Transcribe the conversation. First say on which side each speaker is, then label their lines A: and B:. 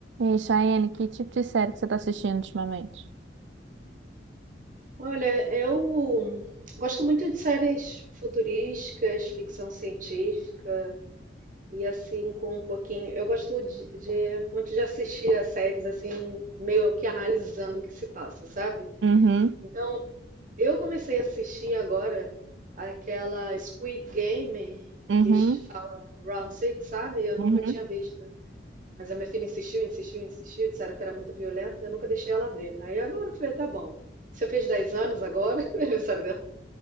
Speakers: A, on the right; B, on the right.
A: E Cheyenne, que tipo de série que você tá assistindo ultimamente?
B: Olha, eu gosto muito de séries futurísticas, ficção científica e assim com um pouquinho. Eu gosto de, de- muito de assistir a séries assim, meio que analisando o que se passa, sabe?
A: Uhum,
B: Então, eu comecei a assistir agora aquela Squid Game
A: uhum,
B: que falam Round Six, sabe? Eu nunca
A: uhum,
B: tinha visto. Mas a minha filha insistiu, insistiu, insistiu, disseram que era muito violenta, eu nunca deixei ela ver. Aí agora eu falei, tá bom. Você fez 10 anos agora, <laughs> aniversário